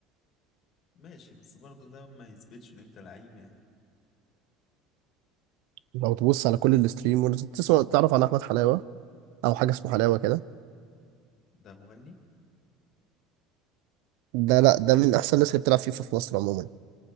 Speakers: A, on the left; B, on the right.
A: ماشي بس برضه ده ما يثبتش ان انت لعيب يعني
B: لو تبص على كل الستريمرز تسمع تعرف عن احمد حلاوه او حاجه اسمه حلاوه كده
A: ده مغني
B: ده لا ده من احسن الناس اللي بتلعب فيفا في مصر عموما